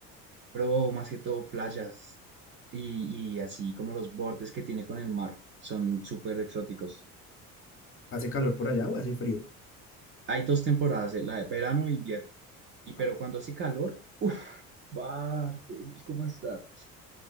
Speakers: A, on the right; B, on the left.
A: pero más que todo playas y, y así como los bordes que tiene con el mar son súper exóticos.
B: ¿Hace calor por allá o hace frío?
A: Hay dos temporadas, eh, la de verano e invierno. Y pero
B: Ah,
A: cuando hace calor, uff, parce, eso es como estar.